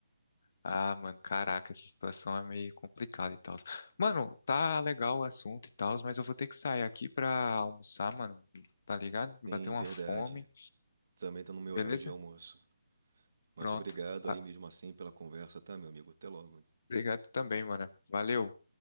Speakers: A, on the left; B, on the right.
A: Ah, mano, caraca, essa situação é meio complicada e tal. Mano, tá legal o assunto e tal, mas eu vou ter que sair aqui pra almoçar, mano. Tá ligado?
B: Sim,
A: Bateu uma
B: verdade.
A: fome.
B: Também tá no meu
A: Beleza?
B: horário de almoço. Mas
A: Pronto.
B: obrigado
A: Ah,
B: aí mesmo assim pela conversa, tá, meu amigo? Até logo.
A: obrigado também, mano. Valeu.